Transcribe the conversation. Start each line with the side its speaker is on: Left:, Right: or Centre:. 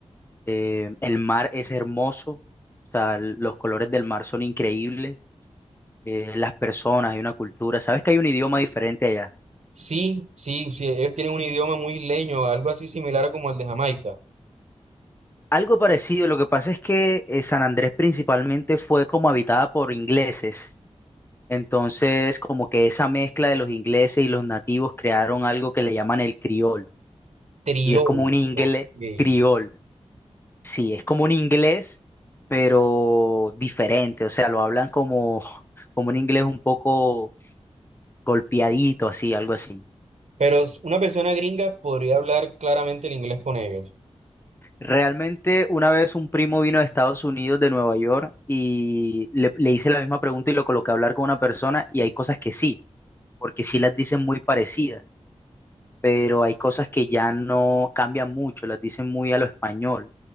Left: eh, el mar es hermoso. O sea, l- los colores del mar son increíbles. eh, las personas, hay una cultura. ¿Sabes que hay un idioma diferente allá?
Right: Sí, sí, sí, ellos tienen un idioma muy isleño, algo así similar a como el de Jamaica,
Left: Algo parecido, lo que pasa es que eh, San Andrés principalmente fue como habitada por ingleses, entonces como que esa mezcla de los ingleses y los nativos crearon algo que le llaman el criol,
Right: triolo.
Left: y es como un inglés
Right: ok.
Left: criol, sí, es como un inglés, pero diferente, o sea, lo hablan como, como un inglés un poco golpeadito, así, algo así.
Right: Pero s- una persona gringa podría hablar claramente el inglés con ellos.
Left: Realmente una vez un primo vino de Estados Unidos, de Nueva York, y le, le hice la misma pregunta y lo coloqué a hablar con una persona y hay cosas que sí, porque sí las dicen muy parecidas, pero hay cosas que ya no cambian mucho, las dicen muy a lo español.